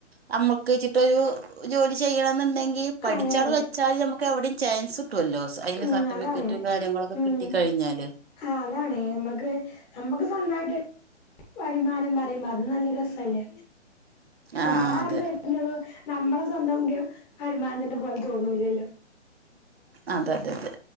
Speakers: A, on the right; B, on the left.
A: നമ്മുക്ക് വെച്ചിട്ടരു ജോലി ചെയ്യണം എന്നുണ്ടെങ്കിൽ പഠിച്ചട്
B: അതെ അതെ
A: വെച്ചാല് നമുക്ക് എവിടിം ചാൻസ് ട്ടല്ലോ. അതിന്
B: ഉം
A: സർട്ടിഫിക്കറ്റും
B: അതാണ്
A: കാര്യങ്ങളൊക്കെ
B: ഉം
A: കിട്ട കഴിഞ്ഞാല്
B: ആഹ് അതാണ് അമ്മക്ക് നമ്മക്ക് സ്വന്തായ്ട്ട്. വരുമാനം പറിമ്പ അത് നല്ല രസല്ലേ വേറാര്ത്-
A: ആഹ് അതെ
B: ത് നമ്മളെ സ്വന്തം എങ്ക വരുമാനത്തിന്റെ പോലെ തോന്നൂലല്ലോ
A: അത അതെ അതെ.